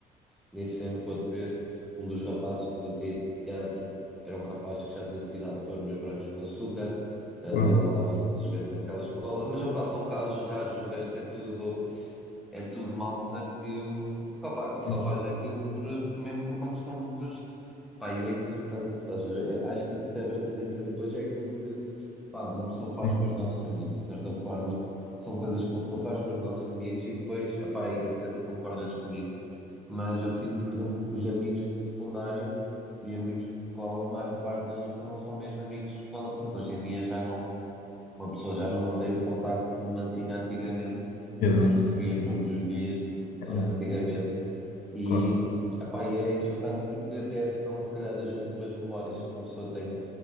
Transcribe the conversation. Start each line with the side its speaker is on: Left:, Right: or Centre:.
Centre: nesse ano que eu tive ver, um dos rapazes que fazia teatro era um rapaz que já tinha sido ator nos Brancos com Açúcar. eh,
Left: claro.
Centre: e ele andava simplesmente naquela escola, mas já passam casos raros, o resto é tudo é tudo malta que, que, opá, que
Left: Sim,
Centre: só faz aquilo por, mesmo por uma questão de gosto. Pá, e é interessante, estás a ver? É- acho que isso é bastante interessante. E depois é aquilo que pá, uma pessoa faz
Left: sim,
Centre: com os nossos amigos, de certa forma, são coisas que uma pessoa faz com os nossos amigos e depois, opá, e não sei se concordas comigo, mas eu sinto, por exemplo, que os amigos de secundário e amigos de escola, a maior parte deles foram só mesmo amigos de escola, porque hoje em dia já não uma pessoa já não mantém o contacto como mantinha antigamente,
Left: exato.
Centre: nem se via todos os dias, como
Left: É
Centre: era
Left: muito-
Centre: antigamente. E,
Left: claro.
Centre: epá, e é interessante porque até são, se calhar, das últimas memórias que uma pessoa tem